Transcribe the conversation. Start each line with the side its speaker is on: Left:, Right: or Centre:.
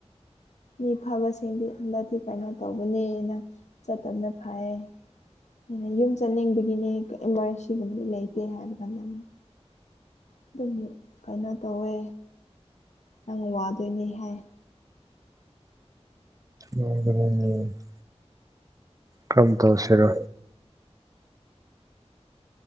Left: ꯃꯤ ꯐꯕꯁꯤꯡꯗꯤ <unintelligible> ꯀꯩꯅꯣ ꯇꯧꯕꯅꯦꯅ ꯆꯠꯇꯕꯅ ꯐꯩ ꯑꯩꯅ ꯌꯨꯝ ꯆꯠꯅꯤꯡꯕꯒꯤꯅꯦ ꯏꯃꯥꯔꯖꯦꯟꯁꯤꯒꯨꯝꯕꯗꯤ ꯂꯩꯇꯦ ꯍꯥꯏꯕ ꯀꯥꯟꯗ ꯑꯃ ꯑꯗꯨꯝ ꯀꯩꯅꯣ ꯇꯧꯋꯦ ꯅꯪ ꯋꯥꯗꯣꯏꯅꯤ ꯍꯥꯏ
Right: <unintelligible> ꯀꯔꯝ ꯇꯧꯁꯤꯔ